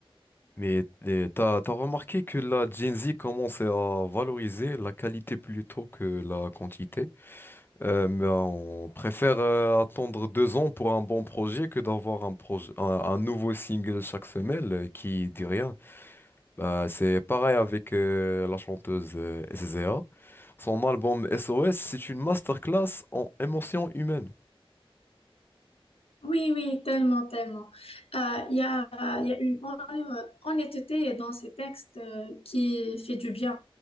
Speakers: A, on the left (about 20°); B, on the left (about 75°).
A: Mais euh, t'as t'as remarqué que la Gen Z commence à valoriser la qualité plutôt que la quantité? Euh, mais on préfère euh, attendre deux ans pour un bon projet que d'avoir un projet, un, un nouveau single chaque semaine euh, qui dit rien. Bah, c'est pareil avec euh, la chanteuse euh, SZA. Son album SOS, c'est une masterclass en émotion humaine.
B: Oui, oui, tellement, tellement. Euh, Il y a, il y a une hon- euh, honnêteté dans ces textes euh, qui fait du bien.